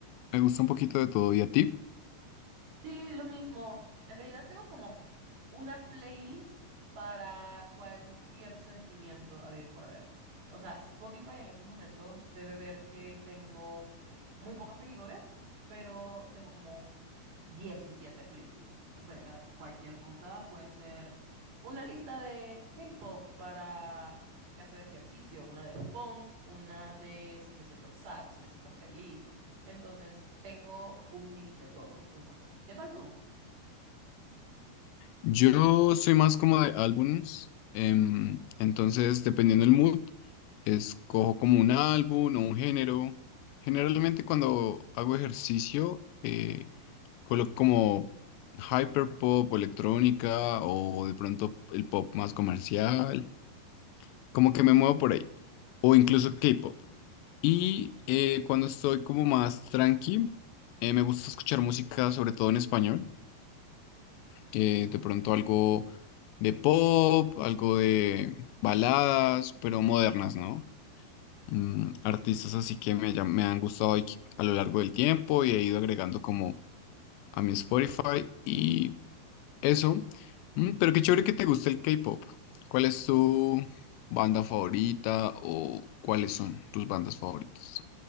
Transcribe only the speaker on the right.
Sí, lo mismo. En realidad tengo como una playlist para cualquier sentimiento habido y por haber. O sea, Spotify en estos momentos debe ver que tengo muy pocos seguidores, pero tengo como 17 playlists acerca de cualquier cosa. Puede ser una lista de K-pop para hacer ejercicio, una de funk, una de si me siento sad, si me siento feliz entonces, tengo un mix de todo, un poco. ¿Qué tal tú?